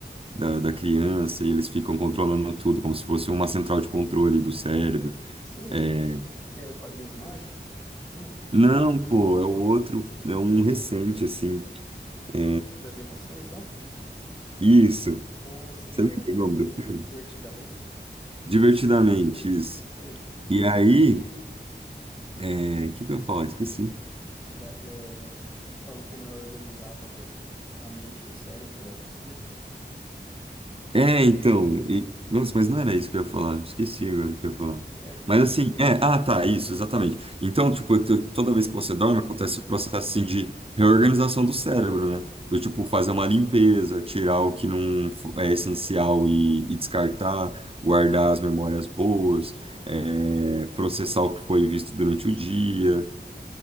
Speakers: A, on the right; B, on the left.
A: da, da criança, e eles ficam controlando tudo, como se fosse uma central de controle do cérebro.
B: Sei,
A: É,
B: acho acho que é Padrinhos Mágicos, não é?
A: Não, pô, é o outro, é um recente, assim. É,
B: Das emoções lá?
A: Isso.
B: Ah, sei,
A: Você lembra
B: é o
A: o nome do filme?
B: Divertidamente.
A: Divertidamente, isso.
B: Sei.
A: E aí. É, o que que eu ia falar? Esqueci.
B: que dá, é, a forma como é organizada o- a mente no cérebro, algo assim, né?
A: É, é, então, e- nossa, mas não era isso que eu ia falar, esqueci agora o que eu ia falar.
B: É,
A: Mas assim, é, ah, tá, isso, exatamente. Então, tipo, eu te- toda vez que você dorme, acontece o processo assim de reorganização do cérebro, né? Eu,
B: sim,
A: tipo, fazer uma limpeza, tirar o que não fo- é essencial e, e descartar, guardar as memórias boas, é, processar o que foi visto durante o dia.